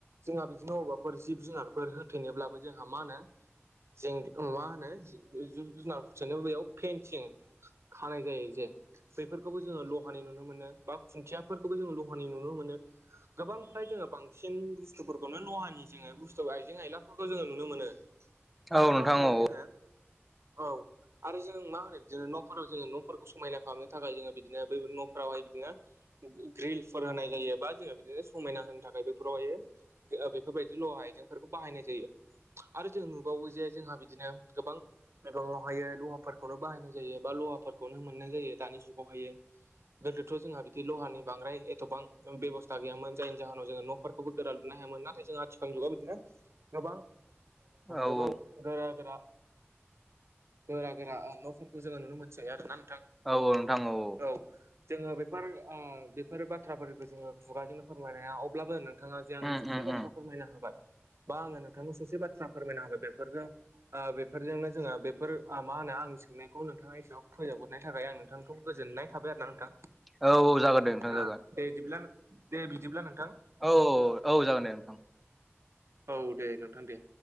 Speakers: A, on the right; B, in the centre.
A: जोंहा बिदिनो अबेबाफोर जिब जुनारफोर हो थैनोब्लाबो जोंहा मा होनो जें मा होनो जिब जुनारफोर होथेनो बेयाव पेन्सिं खानाय जायो जे बेफोरखौबो जोङो लहानि नुनो मोनो बा खुन्थियाफोरखौबो जोङो दहानि नुनो मोनो गोबां फ्राय जोङो बांसिन बुस्थुफोरखौनो लहानि जोङो बुस्थु आइजें आइला जोङो नुनो मोनो आरो
B: औ
A: मा
B: नोंथां
A: होनबावो
B: औ
A: जोङो औ आरो जों मा होनो बिदिनो न'फोराव जोङो न'फोरखौ समायना खालामनो थाखाय जोङो बिदिनो बै न'फोरावहाय बिदिनो ग्रिलफोर होनाय जायो बा जोङो बिदिनो समायना होनो थाखाय बेैफोरावहायो बेफोरबायदि ल' आइजेंफोरखौ बाहायनाय जायो आरो जों नुबावो जे जोंहा बिदिनो गोबां बिबाङावहायो ल'हाफोरखौनो बाहायनाय जायो बा ल'हाफोरखौनो मोननाय जायो दानि जुगावहायो गोदोथ' जोंहा बिदि ल'हानि बांद्राय एथ'बां बेबस्था गैयामोन जायनि जाहोनाव जोङो न' फोरखौबो गोरा लुनो हायामोन नाथाय जों आथिखाल जुगाव बिदिनो गोबां
B: औ औ।
A: गोबां गोरा गोरा गोरा गोरा न'फोरखौ जोङो नुनो मोनसै आरोना नोंथां
B: औ-औ नोंथां औ-औ
A: औ जोङो बेफोर बेफोरो बाथ्राफोरखौ जोङो खुगाजोंनो फोरमायनो हाया अब्लाबो नोंथाङा जे आंनो
B: उम
A: ससे
B: उम
A: बाथ्रा
B: उम
A: फोरमायनो होबाय बा आङो नोंथांनाव ससे बाथ्रा फोरमायना होबाय बेफोरजों आ बेफोरजोंनो जोङो बेफोर मा होनो आंनि सोंनाय खौ नोंथाङा एसेआव फोजोबहरनाय थाबाय आं नोंथांखौ गोजोननाय थाबाय आरो ना नोंथां
B: औ औ जागोन दे नोंथां
A: ओ
B: जागोन
A: दे दिब्ला दे बिदिब्ला नोंथां
B: औ-औ-औ-औ जागोन दे नोंथां
A: औ दे नोंथां दे